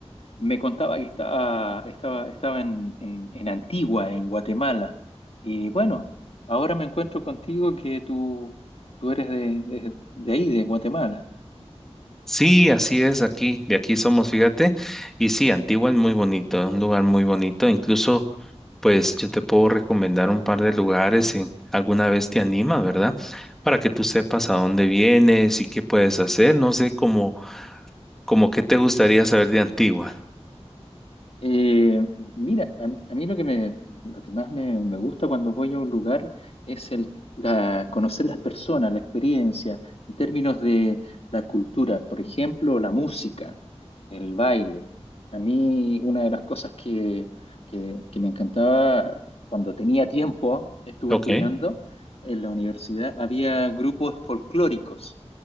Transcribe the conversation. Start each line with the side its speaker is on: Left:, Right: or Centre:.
Left: me contaba que estaba, estaba, estaba en, en- en Antigua, en Guatemala. Y bueno, ahora me encuentro contigo que tú, tú eres de, de de ahí, de Guatemala.
Centre: Sí, así es aquí, de aquí somos, fíjate. Y sí, Antigua es muy bonito, es un lugar muy bonito. Incluso, pues yo te puedo recomendar un par de lugares si alguna vez te anima, ¿verdad? Para que tú sepas a dónde vienes y qué puedes hacer. No sé cómo, como qué te gustaría saber de Antigua.
Left: Eh, mira, a, mí a mí lo que me, lo que más me, me gusta cuando voy a un lugar es el, la, conocer las personas, la experiencia, en términos de la cultura, por ejemplo, la música, el baile. A mí una de las cosas que, que, que me encantaba cuando tenía tiempo, estuve
Centre: Ok.
Left: estudiando en la universidad, había grupos folclóricos,